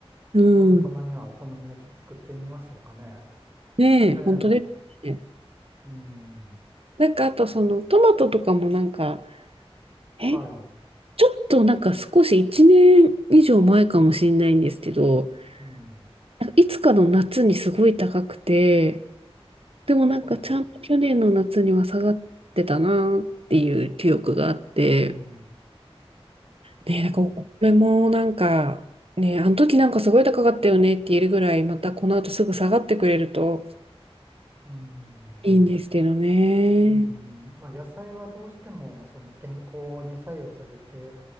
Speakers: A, on the right; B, on the right.
A: うん。
B: たまたまにはお好み焼き作ってみましょうかね。
A: ねえ、
B: ええ、
A: 本当ですね。
B: うん、
A: ななんかあとそのトマトとかもなんか、え、
B: はい、
A: ちょっとなんか少し1年以上前かもしれないんですけど、
B: うん、
A: なんかいつかの夏にすごい高くて、でもなんかちゃんと去年の夏には下がってたなっていう記憶があって、
B: はい、うん、
A: ねえ、
B: まあ、
A: なんか、これもなんか、ねえ、あの時なんかすごい高かったよねって言えるぐらい、またこの後すぐ下がってくれると
B: うん、
A: いいんですけどね。
B: うん、まあ、野菜はどうしても、その天候に左右されて、